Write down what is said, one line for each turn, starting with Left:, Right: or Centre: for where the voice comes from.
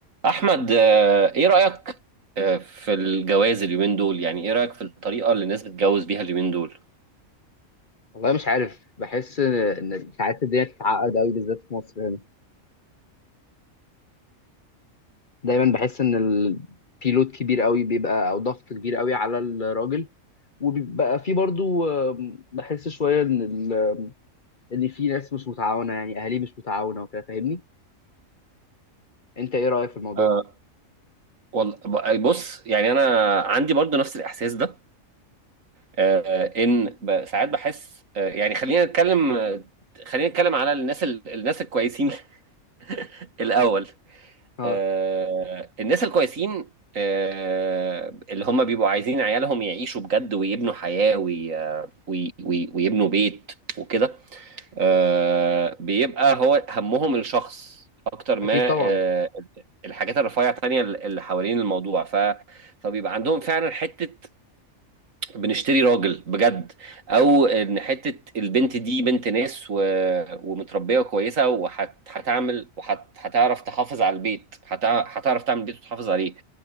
Right: احمد آه، ايه رايك آه، في الجواز اليومين دول يعني ايه رايك في الطريقه اللي الناس بتتجوز بيها اليومين دول
Left: والله مش عارف بحس ان إن ساعات الدنيا بتتعقد قوي بالذات في مصر هنا دايما بحس ان ال... في لود كبير قوي بيبقى او ضغط كبير قوي على الراجل وبيبقى في برضو آم، بحس شويه ان ال... ان في ناس مش متعاونه يعني اهالي مش متعاونه وكده فاهمني انت ايه رايك في الموضوع
Right: آه، والله ب- بص يعني انا عندي برضو نفس الاحساس ده آه، ان ب- ساعات بحس آه، يعني خلينا نتكلم آه، خلينا نتكلم على الناس ال- الناس الكويسين <laughs> الاول
Left: اه
Right: آه، الناس الكويسين آه، اللي هم بيبقوا عايزين عيالهم يعيشوا بجد ويبنوا حياه وي- وي- وي- ويبنوا بيت وكده آه، بيبقى هو همهم الشخص اكتر ما
Left: اكيد طبعا
Right: آه، الحاجات الرفيعه التانية اللي حوالين الموضوع ف فبيبقى عندهم فعلا حته بنشتري راجل بجد او ان حته البنت دي بنت ناس و... ومتربيه وكويسه وهتعمل وهتعرف تحافظ على البيت هتع- هتعرف تعمل بيت وتحافظ عليه